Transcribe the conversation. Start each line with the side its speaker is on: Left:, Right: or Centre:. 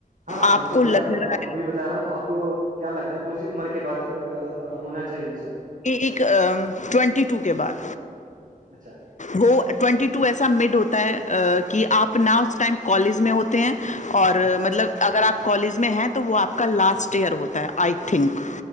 Right: ہاں ہاں
Left: آپ
Right: بھائی تو
Left: کو لگ رہا
Right: آ کو ب بھی بتا رہا ہوں آپ کو کیا لگتا ہے کونی عمر کے بعد آ، آ، ہونا چاہیے یہ سب
Left: ایک ٹوینٹی ٹو کے بعد
Right: اچھا
Left: وہ ٹوینٹی ٹو ایسا مڈ ہوتا ہے کہ آپ نہ اس ٹائم کالج میں ہوتے ہیں اور مطلب اگر آپ کالج میں ہیں تو وہ آپ کا لاسٹ ایئر ہوتا ہے آئی تھنک